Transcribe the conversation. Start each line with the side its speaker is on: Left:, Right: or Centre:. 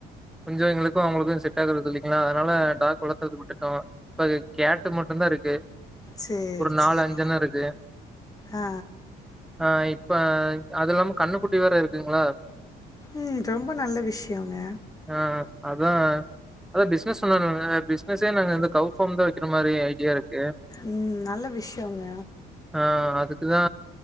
Centre: கொஞ்சொ எங்களுக்கு அவுங்ளுக்கு செட் ஆகுறதில்லைங்ளா அதுனால டாக் வளத்துறது விட்டுட்டோ இப்ப கேட்டு மட் ந்தருக்கு
Left: சரி
Centre: ஒரு நாலு
Left: சரி
Centre: அஞ்சல்லா இருக்கு
Left: ஆ
Centre: ஆ இப்ப அது இல்லாம கன்னுக்குட்டி வேற இருக்குங்ளா
Left: ம் ரொம்ப நல்ல விஷயங்க
Centre: ஆ அதான் அதா பிஸ்னஸ் <unintelligible> பிஸ்னஸே நாங்க வந்து கவ் ஃபார்ம் தா‌ வக்கிற மாரி ஐடியா இரு க்கு
Left: ம் நல்ல விஷயங்க
Centre: ஆ அதுக்குதா